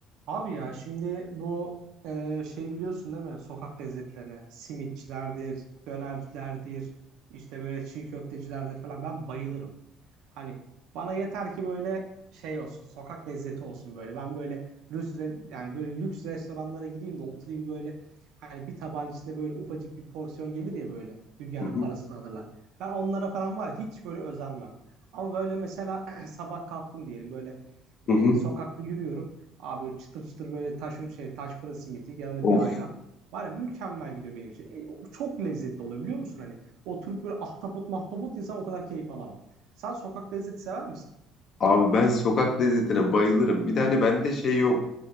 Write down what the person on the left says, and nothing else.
Hı hı,
hı hı.
Of
abi ben sokak lezzetine bayılırım. Bir de hani bende şey yok.